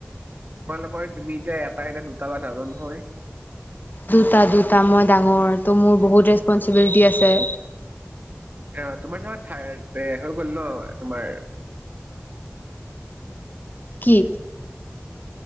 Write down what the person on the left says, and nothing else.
দুটা দুটা মই ডাঙৰ ত' মোৰ বহুত ৰেচপনচিবিলিটি আছে।
কি?